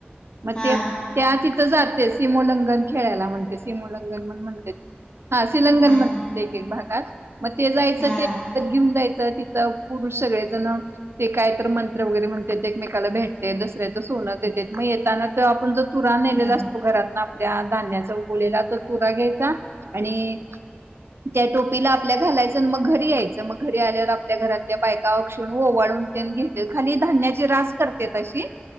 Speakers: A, on the right (about 85°); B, on the left (about 25°).
A: मग
B: हा
A: ते त्या आिक जाते सिमोंलगन खेळाला म्हण सिमों म्हणत्यात हा शीलंगनण
B: हा हा
A: एक एक भागात मग ते जायचं
B: हा
A: ते घेऊन जायचं. इथ तिथं पुरुष सगळेजण ते काय तर मंत्र वगैरे म्हण एकमेकाला भेटते. दसऱ्याचं सोनं देत मग येताना तर आपण ज तुराण नेलेला
B: हा
A: असतो घरात ना त्या धान्याचा उगलेला तर चुरा घ्यायचा आणि त्या टोपीला आपल्या घालायचं मग घरी यायचं मग घरी आल्यावर आपल्या घरातल्या बाय गवा कक्षषण वाळूनतेेन ग खाली धान्याची रास करते अशी